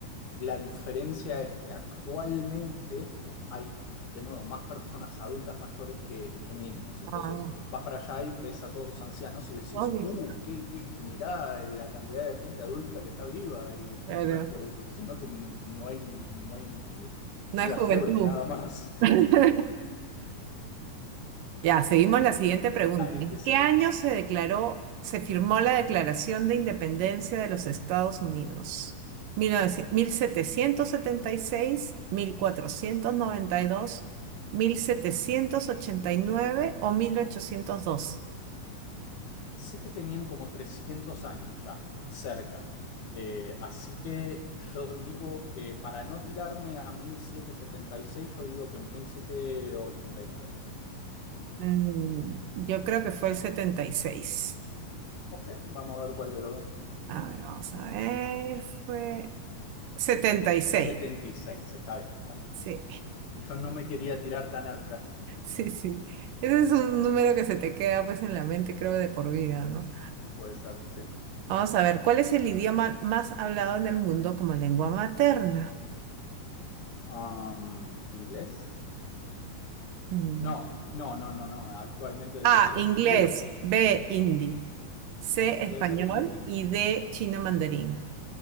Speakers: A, on the left (about 65°); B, on the right (about 75°).
A: la diferencia es que actualmente hay, de nuevo, más personas adultas mayores que, que niños. Entonces,
B: Ah,
A: vas para allá y ves a todos ancianos y decís,
B: oh, viejito.
A: uh, qué, qué- mirá la cantidad de gente adulta que está viva y,
B: Claro.
A: y no es por eso, sino que n- no hay, no hay
B: No
A: vida
B: hay juventud.
A: joven nada más.
B: <laughs> Ya, seguimos la siguiente pregunta.
A: Dale,
B: ¿En
A: que sigue,
B: qué año
A: que sigue.
B: se declaró, se firmó la Declaración de Independencia de los Estados Unidos? Mil mil mil setecientos setenta y y seis, mil cuatrocientos noventa y dos, mil setecientos ochenta y nueve o 1802?
A: Sé que tenían como 300 años ya, cerca. Eh, así que yo digo que para no tirarme a 1776, yo digo que 1789.
B: Mm, yo creo que fue el 76.
A: Ok, vamos a ver cuál de los dos.
B: A ver, vamos a ver. Fue setenta y seis.
A: 76, está bien, está bien.
B: Sí,
A: Yo no me quería tirar tan atrás.
B: <laughs> sí, sí. Ese es un número que se te queda pues en la mente, creo, de por vida, ¿no?
A: No puede ser, sí.
B: Vamos a ver, ¿cuál es el idioma más hablado en el mundo como lengua materna?
A: Am, ¿inglés?
B: Mm.
A: No, no, no, no, no. Actualmente debe
B: A,
A: ser
B: inglés,
A: el hindú.
B: B, hindi, C,
A: Debe
B: español
A: ser el hindi.
B: y D, chino mandarín.